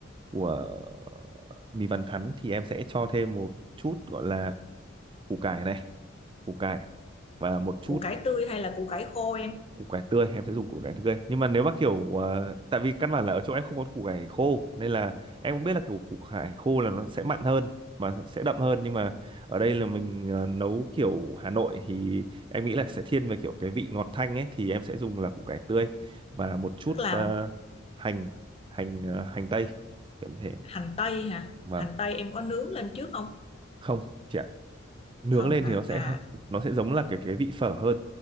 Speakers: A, on the right; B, on the left.
A: của mì vằn thắn thì em sẽ cho thêm một chút gọi là củ cải này củ cải và một chút
B: củ cải tươi hay là củ cải khô em
A: củ cải tươi em sẽ dùng củ cải tươi nhưng mà nếu mà kiểu ờ, tại vì căn bản là ở chỗ em không có củ cải khô nên là em cũng biết là kiểu củ cải khô là nó sẽ mặn hơn mà sẽ đậm hơn nhưng mà ở đây là mình ờ, nấu kiểu Hà Nội thì em nghĩ là sẽ thiên về kiểu cái vị ngọt thanh ấy thì em sẽ dùng là củ cải tươi và một chút
B: tức là
A: ờ, hành hành ờ, hành tây kiểu như thế
B: hành tây hả
A: và
B: hành tây em có nướng lên trước không
A: không chị ạ nướng
B: không
A: lên
B: hả
A: thì nó sẽ
B: à
A: nó sẽ giống là cái cái vị phở hơn